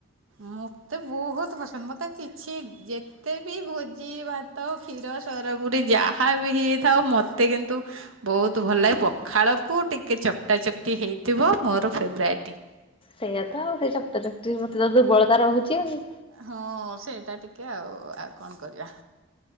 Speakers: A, on the right; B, on the left.
A: ମୋତେ ବହୁତ ପସନ୍ଦ। ମତେ କିଛି ଯେ ମତେ ବି ଭୋଜି ଭାତ, କ୍ଷୀର, ସର ପୁରି ଯାହା ବି ହେଇଥାଉ ମତେ କିନ୍ତୁ ବହୁତ ଭଲ ଲାଗେ। ପଖାଳକୁ ଟିକେ ଚକଟା ଚକଟି ହେଇଥିବ ମୋର ଫେବରାଇଟି।
B: ସେଇଆ ତ ଆଉ ସେଇ ଚକଟା ଚକଟି ମତେ ତ ଦୁର୍ବଳତା ରହୁଛି ଆଉ।
A: ହଁ ସେଇଟା ଟିକେ ଆଉ ଆଉ କଣ କରିବା।